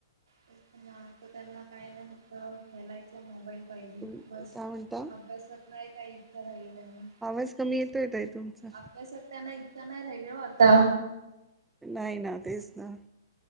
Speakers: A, on the right; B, in the centre.
A: तेच ना आता त्यांना काय नाही, फक्त खेलायचं मोबाईल पाहिजे
B: काय
A: बस
B: म्हणता
A: अभ्यासात नाही काही करायले त्यांनी
B: आवाज कमी येतोय ताई तुमचा
A: अभ्यासात त्यांना इच्छा नाही राहिली हो, आता.
B: नाही ना, तेच ना,